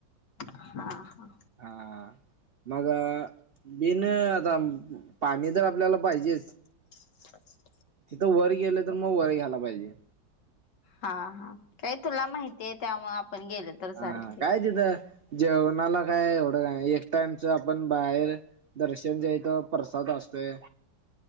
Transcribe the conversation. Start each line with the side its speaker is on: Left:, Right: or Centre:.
Left: हा हा.
Right: हा मग बिन आता पाणी तर आपल्याला पाहिजेच.
Left: <unintelligible>
Right: तिथं वर गेलं तर मग, वर घ्यायला पाहिजे.
Left: हा हा. काय तुला माहिती आहे त्यामुळं आपण गेलो तर चालते
Right: हा. काय तिथं जेवणाला काय एवढं एक टाईमच आपण बाहेर. दर्शन च्या इथं प्रसाद असतोय.